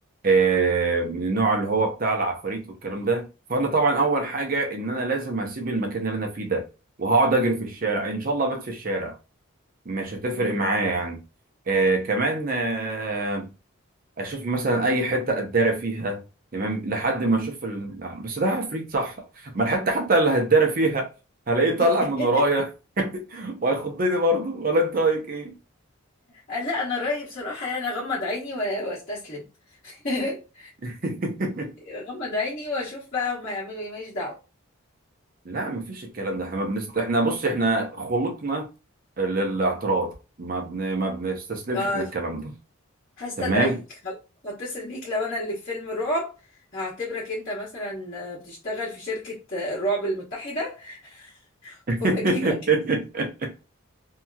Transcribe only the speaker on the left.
<laughs>
مم.
<laughs>
آه، لا انا رايي بصراحه يعني اغمض عيني و- واستسلم <laughs>
اغمض عيني واشوف بقى هما يعملوا ايه ماليش دعوه
طيب
هستدعيك
خلاص هتصل بيك لو انا اللي في فيلم الرعب هعتبرك انت مثلا آه، بتشتغل في شركه آه، الرعب المتحده <laughs>
وهجيبك